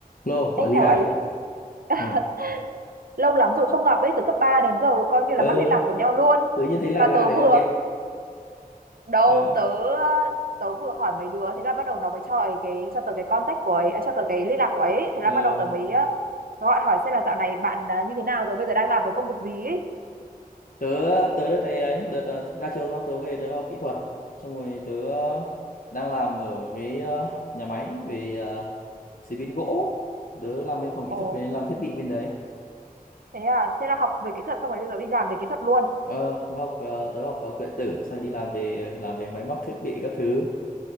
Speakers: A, on the left; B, on the right.
A: Lô, gọi
B: Ê
A: gì
B: chào
A: đây?
B: ấy <laughs>
A: Ừ.
B: lâu lắm rồi không gặp ấy từ cấp 3 đến giờ coi như
A: Ờ,
B: là mất liên lạc của nhau luôn
A: tớ như thấy lạ
B: mà
A: lạ
B: tớ
A: để
B: vừa
A: gọi điện.
B: đâu
A: Ờ,
B: tớ tớ vừa hỏi mấy đứa thế là bắt đầu nó mới cho ấy cái cho tớ cái contact của ấy à, cho tớ cái liên lạc của ấy thế
A: ờ.
B: là bắt đầu tớ mới ờ, gọi hỏi xem là dạo này bạn ờ, như thế nào rồi bây giờ đang làm cái công việc gì ấy
A: Tớ, tớ đợt này ấy, đợt ờ, ra trường xong tớ về tớ học kỹ thuật. Xong rồi tớ ờ, đang làm ở một cái ờ, nhà máy về ờ, chế biến gỗ. Tớ làm bên phòng kỹ
B: ồ
A: thuật, bên làm thiết bị bên đấy.
B: thế à thế là học về kỹ thuật xong rồi bây giờ đi làm về kỹ thuật luôn
A: Ờ, tớ học, ờ, tớ học ờ, điện tử, xong rồi đi làm về ờ, làm về máy móc thiết bị các thứ.